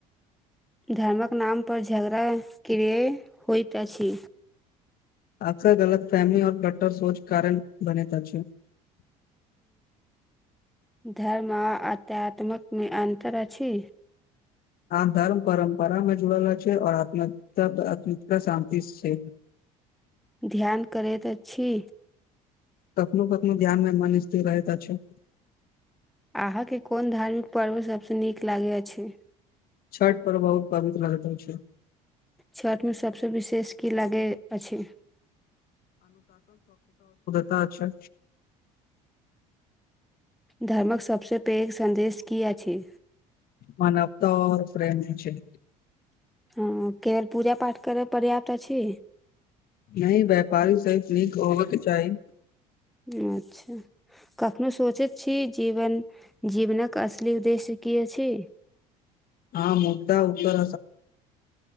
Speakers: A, in the centre; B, on the left.
A: धर्मक नामपर झगड़ा किया होइत अछि
B: अक्सर गलतफहमी और कट्टर सोच कारण बनेत अछि
A: धर्म आ आत्यात्मकमे अन्तर अछि
B: आ धर्म परम्परामे जुड़ला अछि और अत्मिकता आत्तमीता तऽ शान्ति छै
A: ध्यान करैत अछि
B: कखनो कखनो ध्यान मे मन स्थिर रहैत अछि
A: अहाँके कोन धार्मिक पर्व सबसँ नीक लागै अछि
B: छठ पर्व बहुत पवित्र लगैत अछि
A: छठिमे सभसँ विशेष की लागै अछि
B: तऽ अच्छा
A: धर्मक सबसे पैघ संन्देश की अछि
B: मानवता और प्रेम होइ छै
A: हँ केवल पूजा पाठ करय पर्याप्त अछि
B: नहि व्यापारी सर्फ नीक होवक चाही
A: अच्छा कखनो सोचैत छी जीवन जीवनक असली उद्देश्य की अछि
B: हँ मोटा ऊपर